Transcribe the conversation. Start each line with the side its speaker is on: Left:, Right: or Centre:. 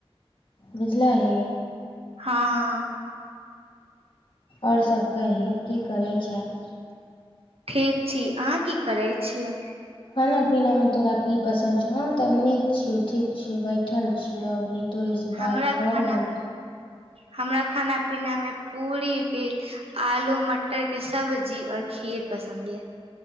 Left: बुझलही।
Right: हँ।
Left: आओर सब कही की करै छें?
Right: ठीक छी अहाँ की करै छियै?
Left: खाना- पीना मे तोरा की पसन्द छौ? हम तऽ नीक छियौ ठीक छियौ बैठल छियौ अभी। तोरे से
Right: हमरा
Left: बात कऽ
Right: खाना
Left: रहल छी।
Right: हमरा खाना - पीना मे पूरी फि आलू मट टर के सब्जी और खीर पसंद ये।